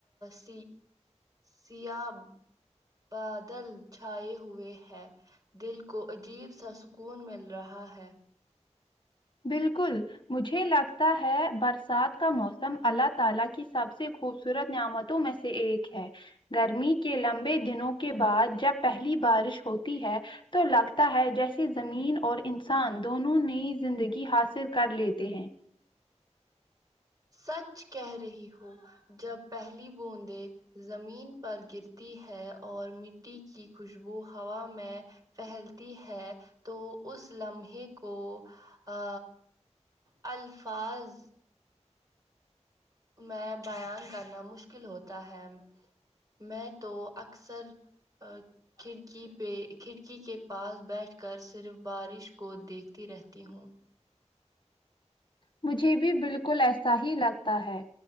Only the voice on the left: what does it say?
بالکل مجھے لگتا ہے برسات کا موسم اللہ تعالی کی سب سے خوبصورت نعمت تو میں سے ایک ہے گرمی کے لمبے دنوں کے بعد جب پہلی بارش ہوتی ہے تو لگتا ہے جیسے زمین اور انسان دونوں نئی زندگی کی حاصل کر لیتے ہیں
مجھے بھی بالکل ایسا ہی لگتا ہے